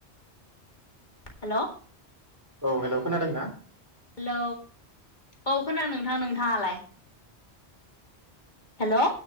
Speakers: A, on the left; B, on the right.
A: हेलौ
B: औ हेल' खोनादों ना?
A: हेलौ औ खोनादों नोंथां नोंथाङालाय हेलौ।